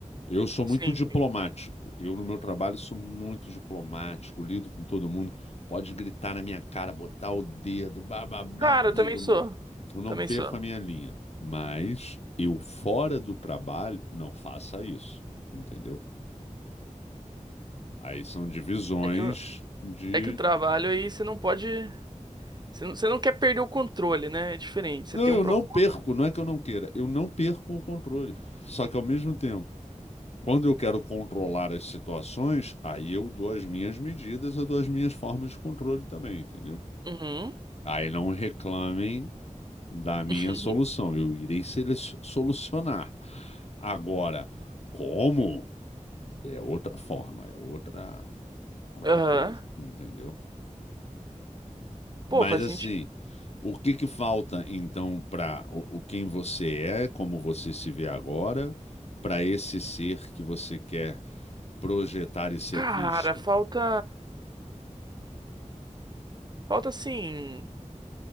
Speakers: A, on the left; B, on the right.
A: Eu sou muito
B: Sim,
A: diplomático.
B: sim.
A: Eu, no meu trabalho, sou muito diplomático, lido com todo mundo. Pode gritar na minha cara, botar o dedo, bababá.
B: Cara, eu
A: Eu,
B: também sou.
A: eu não
B: Também
A: perco
B: sou.
A: a minha linha. Mas eu, fora do trabalho, não faça isso. Entendeu? Aí são divisões
B: É que o,
A: de.
B: é que o trabalho aí você não pode. Você não, você não quer perder o controle, né? É diferente. Você
A: Não,
B: tem
A: eu
B: um propósito.
A: não perco, não é que eu não queira, eu não perco o controle. Só que ao mesmo tempo, quando eu quero controlar as situações, aí eu dou as minhas medidas, eu dou as minhas formas de controle também, entendeu?
B: Uhum.
A: Aí não reclamem da
B: <laughs>
A: minha solução. Eu irei sele- solucionar. Agora, como? É outra forma, é outra, outra
B: Aham.
A: coisa, entendeu? Mas
B: Pô, faz
A: assim,
B: sentido.
A: o que que falta então para o, o quem você é, como você se vê agora, para esse ser que você quer projetar e ser
B: Cara,
A: visto?
B: falta. Falta assim.